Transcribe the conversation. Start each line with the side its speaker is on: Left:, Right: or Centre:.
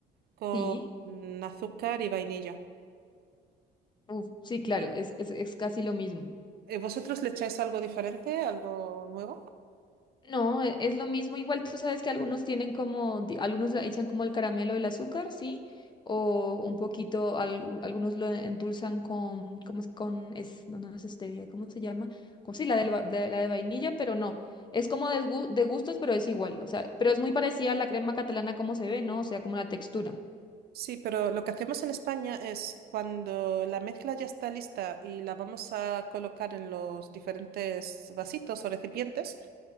Right: con
Left: Sí,
Right: azúcar y vainilla.
Left: Uf, sí, claro,
Right: ¿Y
Left: es, es, es casi lo mismo.
Right: eh, vosotros le echáis algo diferente, algo nuevo?
Left: No, e- es lo mismo. Igual tú sabes que algunos tienen como, di- algunos le echan como el caramelo, el azúcar, ¿sí? O un poquito, al- u- algunos lo endulzan con, ¿cómo es? Con, es, no, no es stevia, ¿cómo se llama? Como si la, del va- de, la de vainilla, pero no. Es como de, gu- de gustos, pero es igual. O sea, pero es muy parecida a la crema catalana como se ve, ¿no? O sea, como la textura,
Right: Sí, pero lo que hacemos en España es cuando la mezcla ya está lista y la vamos a colocar en los diferentes vasitos o recipientes,